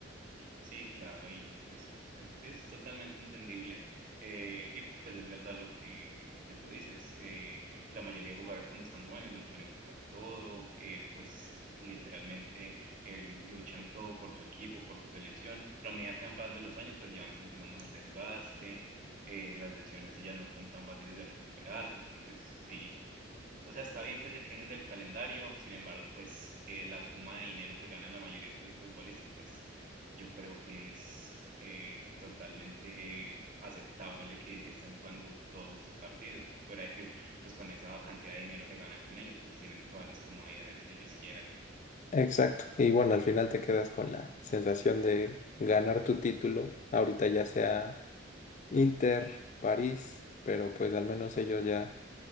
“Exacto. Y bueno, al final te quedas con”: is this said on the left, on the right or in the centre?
Left